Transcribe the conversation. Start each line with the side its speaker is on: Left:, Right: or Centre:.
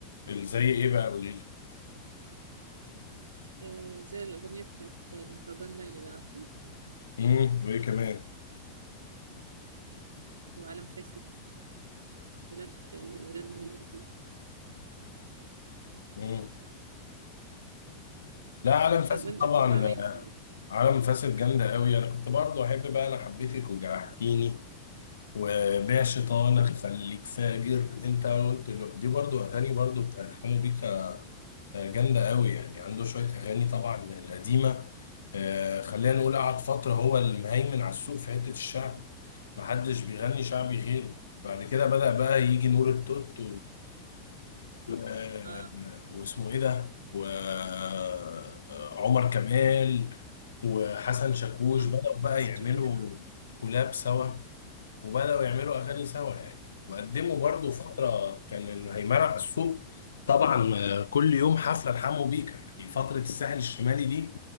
Left: ال- زي ايه بقى قولي لي
Right: آه زي الاغنيه بتاعت مهرجان ليلى ده عارفه
Left: امم وايه كمان
Right: وعالم فاسد ولاد آه ولاد موت
Left: امم لا عالم فاسد
Right: طب وانت
Left: طبعا
Right: بتسمع مين
Left: عالم فاسد جامدة قوي أنا كنت برضو أحب بقى أنا حبيتك وجرحتيني وبيع شيطان أخليك فاجر أنت قلت له دي برضو أغاني برضو بتاعت حمو بيكا جامدة قوي يعني عنده شوية أغاني طبعا القديمة آه، خلينا نقول قعد فترة هو المهيمن على السوق في حتة الشعب محدش بيغني شعبي غيره بعد كده بدأ بقى يجي نور التوت آه،
Right: اه
Left: واسمه ايه ده وعمر كمال وحسن شاكوش
Right: حمو
Left: بدأوا بقى
Right: حسن
Left: يعملوا
Right: شاكوش اه
Left: كولاب سوا وبدأوا يعملوا اغاني سوا يعني وقدموا برضو فترة كان الهيمنة على السوق طبعا آه، كل يوم حفلة لحمو بيكا يعني فترة الساحل الشمالي دي